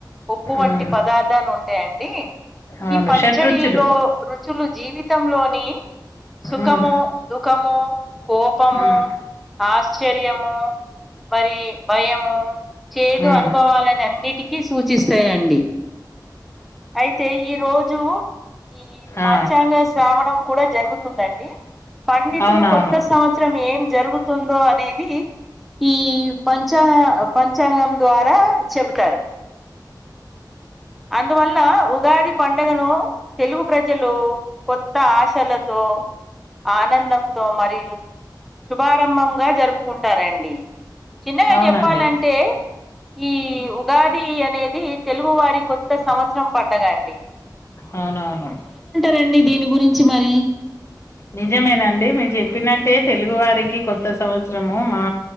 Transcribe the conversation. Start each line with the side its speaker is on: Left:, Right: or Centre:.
Centre: ఉప్పు వంటి
Left: ఉమ్
Centre: పదార్థాలు ఉంటాయండి
Left: అవును
Centre: ఈ పచ్చడిలో
Left: షట్రుచులు
Centre: ర చూలు జీవితంలోని సుఖము
Left: ఉమ్
Centre: దుఃఖము కోపము
Left: ఉమ్
Centre: ఆశ్చర్యము మరి భయము చేదు
Left: ఉమ్
Centre: అనుభవాలని అన్నిటికీ సూచిస్తాయండి అయితే ఈ రోజు ఈ పంచాంగ
Left: ఆ
Centre: శ్రావణం కూడా జరుగుతుందండి పండితులు
Left: అవునవును
Centre: కొత్త సంవత్సరం ఏం జరుగుతుందో అనేది ఈ పంచా పంచాంగం ద్వారా చెబుతారు అందువల్ల ఉగాది పండుగను తెలుగు ప్రజలు కొత్త ఆశలతో ఆనందంతో మరియు శుభారంభంగా జరుపుకుంటారండి చిన్నగా
Left: అవునండి
Centre: చెప్పాలంటే ఈ ఉగాది అనేది తెలుగు వారికి కొత్త సంవత్సరం పడ్డదండి
Left: అవునవును
Centre: రండి దీని గురించి మరీ
Left: నిజమేనండి మీరు చెప్పినట్టే తెలుగువారికి కొత్త సంవత్సరము మా